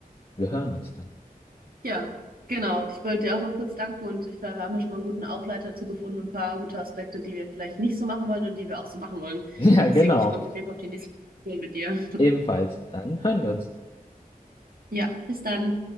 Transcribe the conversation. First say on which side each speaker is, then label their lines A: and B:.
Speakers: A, on the left; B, on the right.
A: wir hören uns dann.
B: Ja, genau. Ich wollte dir auch noch kurz danken und ich wir haben mir schon mal einen guten Aufleiter dazu gefunden, und ein paar gute Aspekte, die wir vielleicht nicht so machen wollen und die wir auch so machen wollen.
A: <laughs> Ja,
B: Deswegen,
A: genau.
B: ich freue mich auf jeden Fall auf die nächste Folge mit dir.
A: Ebenfalls. Dann hören wir uns.
B: Ja, bis dann.